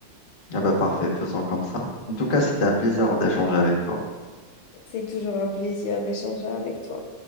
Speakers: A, on the left; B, on the left.
A: Ah bah parfait, faisons comme ça. En tout cas, c'était un plaisir d'échanger avec toi.
B: C'est toujours un plaisir d'échanger avec toi.